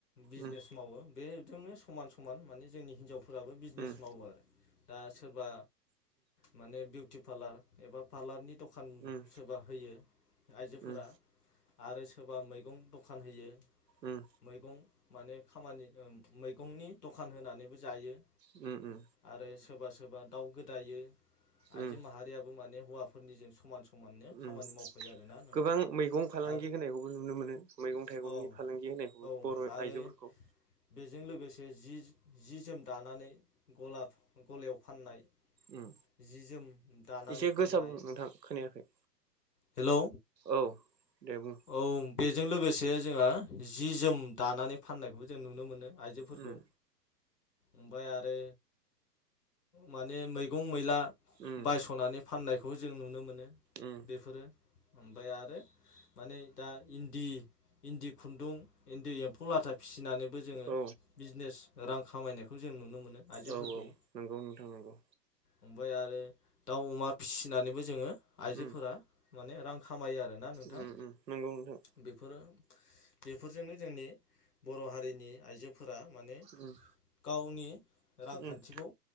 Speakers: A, on the left; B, on the right.
A: बिजिनेस
B: उम
A: मावो बे जोंनो समान समान माने जोंनि हिनजावफोराबो बिजिनेस
B: उम
A: मावो आरो दा सोरबा माने बिउटि पार्लार एबा पार्लारनि दखान
B: उम
A: सोरबा होयो आइजोफोरा
B: उम उम
A: आरो सोरबा मैगं दखान होयो
B: उम उम
A: मैगं माने खामानि मैगंनि दखान होनानैबो जायो।
B: उम उम।
A: आरो सोरबा सोरबा दाउ गोदायो आइजो
B: उम उम
A: माहारियाबो माने हौवाफोरनिजों समान समान खामानि
B: उम
A: मावफायो आरोना
B: गोबां मैगं फालांगि
A: आरो
B: होनायखौबो नुनो मोनो मैगं थाइगंनि
A: औ
B: फालांगि होनायखौबो
A: औ
B: बर'
A: आरो
B: आइजोफोरखौ
A: बेजों लोगोसे जि जि जोम दानानै गला गलायाव फाननाय
B: उम
A: जि जोम दानानै
B: एसे
A: फाननाय
B: गोस बुं नोंथां खोनायाखै
A: हेलौ
B: औ दे बुं
A: औ बेजों लोगोसे जोङो जि जोम दानानै फाननायखौबो जों नुनो मोनो आइजोफोरखौ
B: उम
A: ओमफ्राय आरो माने मैगं मैला
B: उम
A: बायस'नानै फाननायखौ खौ जों नुनो मोनो
B: उम
A: बेफोरो ओमफ्राय आरो माने दा इन्दि इन्दि खुन्दुं इन्दि एम्फौ लाथा फिसिनानैबो जोङो
B: औ
A: बिजनेस रां खामायनायखौ जों नुनो मोनो आइजोफोरखौ
B: औ औ नंगौ नोंथां नंगौ
A: ओमफ्राय आरो दाउ अमा फिसिनानैबो जोङो आइजोफोरा
B: उम
A: माने रां खामायो आरोना नोंथां
B: उम नंगौ मोनथां
A: बेफोरो बेफोरजोंनो जोंनि बर' हारिनि आइजोफोर फोर माने
B: उम
A: गावनि रांखान्थिखौ
B: उम